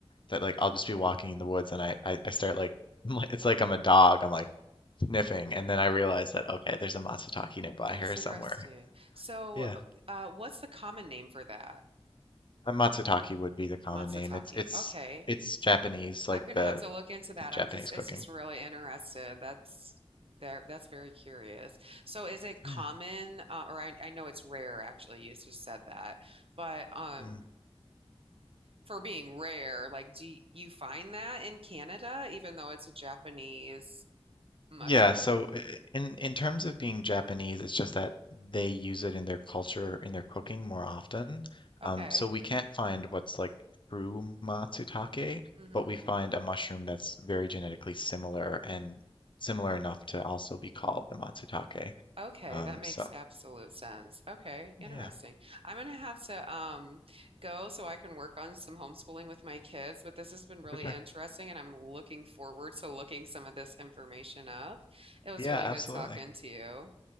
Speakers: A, on the left; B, on the right.
A: that like I'll just be walking in the woods and I, I, I start like <laughs> it's like I'm a dog. I'm like sniffing, and then I realize that okay, there's a matsutake nearby
B: That's
A: here
B: interesting.
A: somewhere.
B: So,
A: Yeah,
B: uh, what's the common name for that?
A: a matsutake would be the common
B: Matsutake.
A: name. It's it's
B: Okay.
A: it's Japanese, like
B: I'm gonna
A: the
B: have to look into that.
A: in Japanese
B: I'm just, it's
A: cooking.
B: just really interested. That's there. That's very curious. So, is it common,
A: Yeah.
B: uh, or I, I know it's rare actually. You just said that, but um,
A: mm.
B: for being rare, like, do you find that in Canada, even though it's a Japanese mushroom?
A: Yeah, so i- i- in in terms of being Japanese, it's just that they use it in their culture, in their cooking more often. Um,
B: Okay.
A: so we can't find what's like true matsutake,
B: Mm-hmm.
A: but we find a mushroom that's very genetically similar and similar enough to also be called the matsutake.
B: Okay,
A: Um,
B: that makes
A: so
B: absolute sense. Okay, interesting.
A: yeah,
B: I'm gonna have to um go so I can work on some homeschooling with my kids, but this has been really
A: for sure.
B: interesting and I'm looking forward to looking some of this information up. It was
A: Yeah,
B: really
A: absolutely.
B: good talking to you.